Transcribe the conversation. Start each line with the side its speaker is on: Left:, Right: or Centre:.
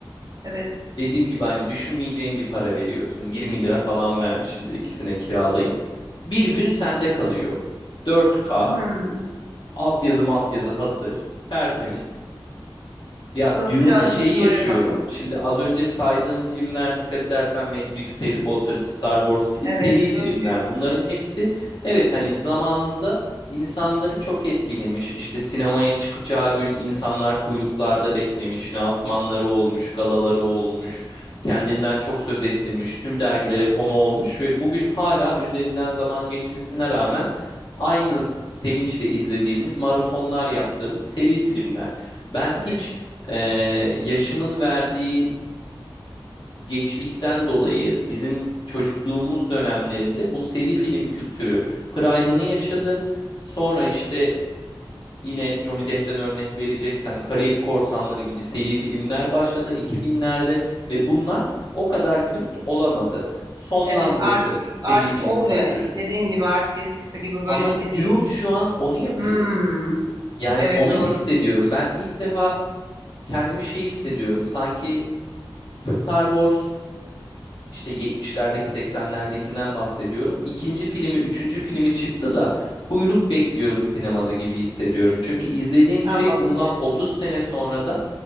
Right: evet.
Left: Dediğim gibi hani düşünmeyeceğin bir para veriyorsun. 20 lira falan vermişimdir ikisine kiralayıp. Bir gün sende kalıyor. 4K,
Right: Hmm.
Left: altyazı maltyazı hazır, tertemiz. Ya
Right: Olabilir
Left: Dune'da
Right: aslında
Left: şeyi
Right: biz oraya
Left: yaşıyorum.
Right: bakmadık.
Left: Şimdi az önce saydığım filmler dikkat edersen Matrix, Harry Potter, Star Wars gibi
Right: Evet.
Left: seri filmler.
Right: Böyle büyük.
Left: Bunların
Right: Evet.
Left: hepsi
Right: Evet.
Left: evet hani zamanında insanları çok etkilemiş. İşte sinemaya çıkacağı gün insanlar kuyruklarda beklemiş, lansmanları olmuş, galaları olmuş, kendinden çok söz ettirmiş, tüm dergilere konu olmuş ve bugün hala üzerinden zaman geçmesine rağmen aynı sevinçle izlediğimiz maratonlar yaptığımız seri filmler. Ben
Right: Evet.
Left: hiç ee, yaşımın verdiği geçlikten dolayı bizim çocukluğumuz dönemlerinde bu seri film kültürü prime'ını yaşadı. Sonra işte yine Johnny Depp'ten örnek vereceksem Karayip Korsanları gibi seri filmler başladı 2000'lerde ve bunlar o kadar kült olamadı. Sonlandırdı
Right: Evet artık
Left: seri
Right: artık
Left: film
Right: olmuyor.
Left: kültürünü.
Right: Dediğin gibi artık eskisi gibi böyle
Left: Ama
Right: seri.
Left: Dune şu an onu yapıyor.
Right: Hmm.
Left: Yani
Right: Evet
Left: onu
Right: doğru.
Left: hissediyorum. Ben ilk defa kendimi şey hissediyorum. Sanki Star Wars işte 70'lerdeki 80'lerdekinden bahsediyorum. İkinci filmi, üçüncü filmi çıktı da kuyruk bekliyorum sinemada gibi hissediyorum. Çünkü izlediğim
Right: Allah
Left: şey
Right: Allah
Left: bundan
Right: evet.
Left: 30 sene sonra da